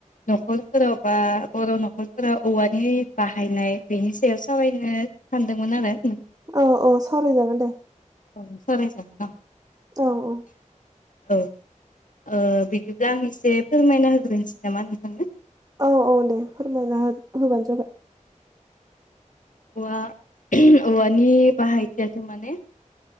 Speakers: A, on the left (about 75°); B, on the right (about 30°).
A: न'खरफोराव बा बर' न'खरफोराव औवानि बाहायनाय बेनि सायाव सावरायनो सानदोंमोन आरो नों
B: औ औ सावरायजागोन दे।
A: औ सावराय जागोन औ।
B: औ औ
A: औ ओ बिदिब्ला आं एसे फोरमायना होग्रोनोसै नामा नोंथांनो।
B: औ औ दे फोरमायना हो होबानो जाबाय
A: औ औवानि बाहायथियाथ' माने